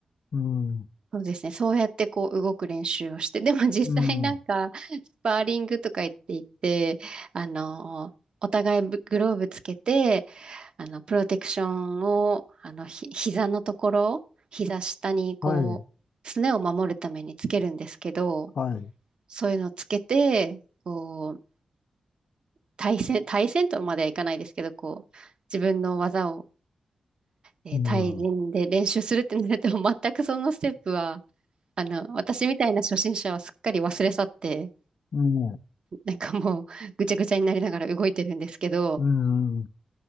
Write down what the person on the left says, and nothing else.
うん、
うん、
はい、
はい、
うん、
うん、
うん、
うん、